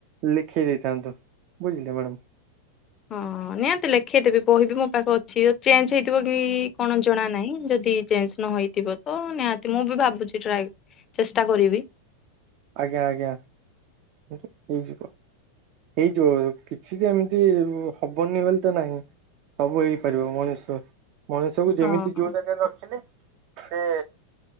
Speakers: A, on the right; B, on the left.
A: ଲେଖେଇ ଦେଇଥାନ୍ତୁ ବୁଝିଲେ ମ୍ୟାଡ଼ାମ।
B: ହଁ ନିହାତି ଲେଖେଇ ଦେବି ବହି ବିି ମୋ ପାଖ ଅଛି ଯଦି ଚେଞ୍ଜ ହେ ଥିବ କି କଣ ଜଣା ନାହିଁ ଯଦି ଚେଞ୍ଜ ନ ହେଇଥିବ ତ ନିହାତି ମୁଁ ବି ଭାବୁଛି ଟ୍ରାଏ ଚେଷ୍ଟା କରିବି।
A: ଆଜ୍ଞା ଆଜ୍ଞା ହେଇଯିବ। ହେଇଯିବ କିଛି ଯେମିତି ହବନି ବୋଲି ତ ନାହିଁ। ସବୁ ହେଇପାରିବ ମଣିଷ ମଣିଷକୁ ଯେମିତି
B: ହଁ।
A: ଯୋଉ ଜାଗାରେ ରଖିନେ ସେ